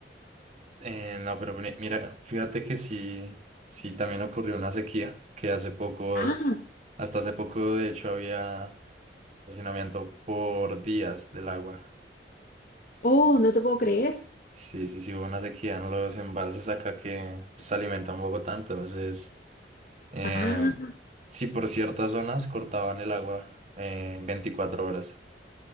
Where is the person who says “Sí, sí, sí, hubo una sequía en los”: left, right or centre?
Right